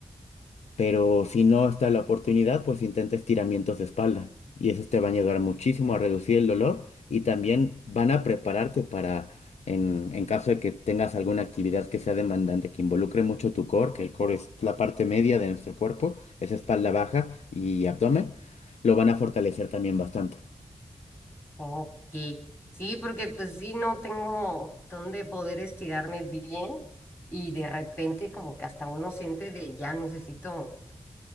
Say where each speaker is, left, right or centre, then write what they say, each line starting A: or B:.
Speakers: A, on the left; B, on the left.
A: Pero si no está la oportunidad, pues intenta estiramientos de espalda. Y esos te van a ayudar muchísimo a reducir el dolor y también van a prepararte para, en, en caso de que tengas alguna actividad que sea demandante, que involucre mucho tu core, que el core es la parte media de nuestro cuerpo, es espalda baja y abdomen, lo van a fortalecer también bastante.
B: Ok. Sí, porque pues sí, no tengo dónde poder estirarme bien y de repente como que hasta uno siente de ya necesito